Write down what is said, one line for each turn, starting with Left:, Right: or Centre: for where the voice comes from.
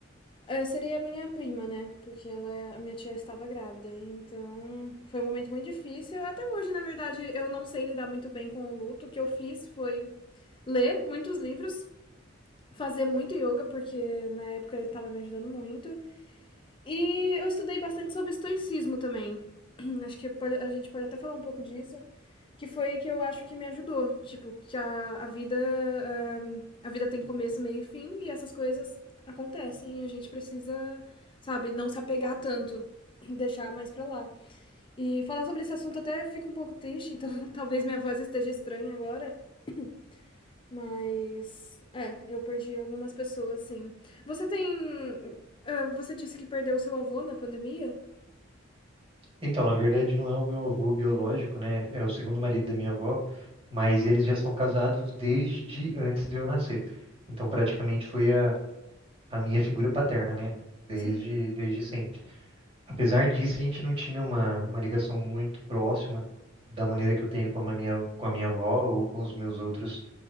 Left: eh, seria a minha prima, né? Porque ela, a minha tia estava grávida. Então, foi um momento muito difícil. Até hoje, na verdade, eu não sei lidar muito bem com o luto. O que eu fiz foi ler muitos livros fazer muito yoga, porque na época estava me ajudando muito. E eu estudei bastante sobre estoicismo também. <clears throat> Acho que a gente pode até falar um pouco disso. Que foi que eu acho que me ajudou. Tipo, que a, a vida. eh, a vida tem começo, meio e fim, e essas coisas acontecem. E a gente precisa, sabe, não se apegar tanto, <clears throat> deixar mais pra lá. E falar sobre esse assunto até fica um pouco triste, <laughs> então talvez minha voz esteja estranha agora. <clears throat> Mas. É, eu perdi algumas pessoas, sim. Você tem. ah, Você disse que perdeu o seu avô na pandemia?
Right: Então, na verdade, não é o meu avô biológico, né? É o segundo marido da minha avó, mas eles já são casados desde antes de eu nascer. Então, praticamente foi a, a minha figura paterna, né? Desde,
Left: Sim.
Right: desde sempre. Apesar disso, a gente não tinha uma, uma ligação muito próxima da maneira que eu tenho com a minha, com a minha avó ou com os meus outros